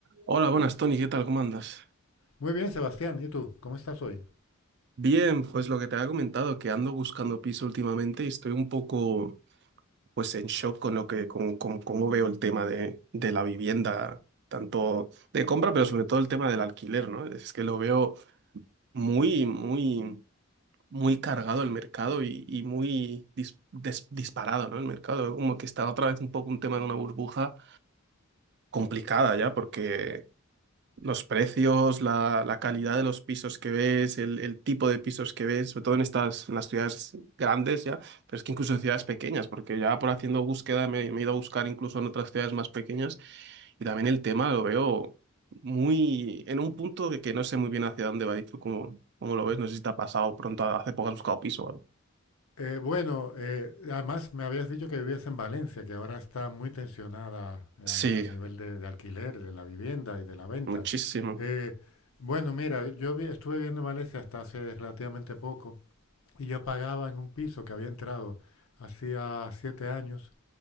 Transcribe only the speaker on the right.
Hola, buenas, Tony, ¿qué tal? ¿Cómo andas?
Bien, pues lo que te había comentado, que ando buscando piso últimamente y estoy un poco, pues, en shock con lo que, con, con cómo veo el tema de, de la vivienda, tanto de compra, pero sobre todo el tema del alquiler, ¿no? Es que lo veo muy, muy, muy cargado el mercado y, y muy dis- des- disparado, ¿no? El mercado, como que está otra vez un poco un tema de una burbuja complicada ya, porque Los precios, la, la calidad de los pisos que ves, el, el tipo de pisos que ves, sobre todo en estas, en las ciudades grandes ya, pero es que incluso en ciudades pequeñas, porque ya por haciendo búsqueda me, me he ido a buscar incluso en otras ciudades más pequeñas y también el tema lo veo muy en un punto que, que no sé muy bien hacia dónde va y tú cómo, cómo lo ves, no sé si te ha pasado pronto, hace poco has buscado piso o algo.
Sí,
muchísimo.